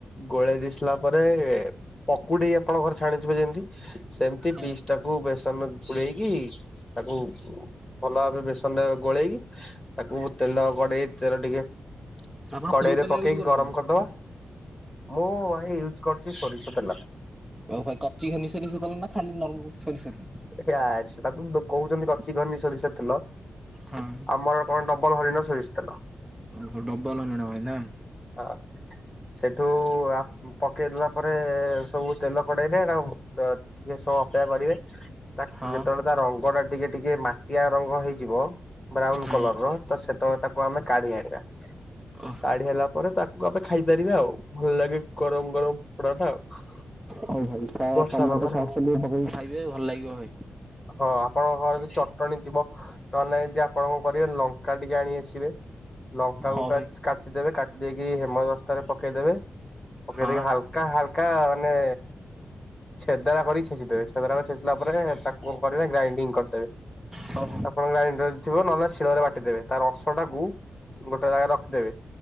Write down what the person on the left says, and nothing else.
ଗୋଳେଇ ଦେଇ ସରିଲା ପରେ ପକୁଡ଼ି ଆପଣଙ୍କ ଘରେ ଛାଣିଥୁବେ ଯେମତି ସେମିତି
ପିସ୍
ଟାକୁ ବେସନ ବୁଡ଼େଇ କି ତାକୁ ଭଲ ଭାବେ ବେସନରେ ଗୋଳେଇ କି ତାକୁ ତେଲ କଡ଼େଇ ତେଲ ଟିକେ
କଡ଼େଇ
ରେ
ପକେଇକି
ଗରମ କରିଦବା। ମୁଁ ଭାଇ ୟୁଜ କରୁଛି ସୋରିଷ ତେଲ।
ୟାଚ୍ ତାକୁ କହୁଛନ୍ତି କଚି ଘନି ସୋରିଷ ତେଲ।
ଆମର ଡବଲ ହରିଣ ସୋରିଷ ତେଲ।
ଆ ସେଠୁ ଆ ପକେଇ ଦେଲା ପରେ ସବୁ ତେଲ କଡ଼େଇ ରେ ଏରା ବ ଟିକେ ସମୟ ଅପେକ୍ଷା କରିବେ। ତା
ଯେତେବେଳେ ତା ରଙ୍ଗ ଟା ଟିକେ ଟିକେ ମାଟିଆ ରଙ୍ଗ ହେଇଯିବ ବ୍ରାଉନ
କଲର ର ତ ସେତେବେଳେ ତାକୁ ଆମେ କାଢ଼ି ଆଣିବା।
କାଢ଼ି ଆଣିଲା ପରେ ତାକୁ ଆମେ ଖାଇ ପାରିବା ଆଉ ଭଲ ଲାଗେ ଗରମ ଗରମ ପକୋଡା ଟା ଆଉ।
ବର୍ଷା
ପାଗରେ
ଆଉ
ହଁ ଆପଣଙ୍କ ଘରେ ଯଦି ଚଟଣୀ ଥିବ ନ ହେଲେ ନାଇଁ ଯଦି ଆପଣ କଣ କରିବେ ଲଙ୍କା ଟିକେ ଆଣି ଆସିବେ। ଲଙ୍କାକୁ
ପୁରା
କାଟିଦେବେ, କାଟି ଦେଇକି ହେମ ଦସ୍ତାରେ ପକେଇ ଦେବେ। ପକେଇ
ଦେଇକି ହାଲକା ହାଲକା ମାନେ ଛେଦରା କରି ଛେଚି ଦେବେ। ଛେଦରା କରି ଛେଚିଲା ପରେ ତାକୁ କଣ କରିବେ ଗ୍ରାଇଣ୍ଡିଙ୍ଗ୍ କରିଦେବେ।
ଆପଣଙ୍କ ର ଗ୍ରାଇଣ୍ଡର ଥିବ, ନହଲେ ଶିଳରେ ବାଟିଦେବେ। ତାର ରସ ଟାକୁ ଗୋଟେ ଜାଗାରେ ରଖିଦେବେ।